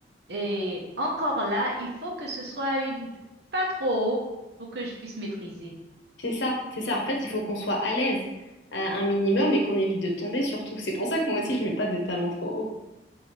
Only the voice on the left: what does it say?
C'est ça, c'est ça. En fait, il faut qu'on soit à l'aise euh, un minimum et qu'on évite de tomber surtout. C'est pour ça que moi aussi, je mets pas de talons trop hauts.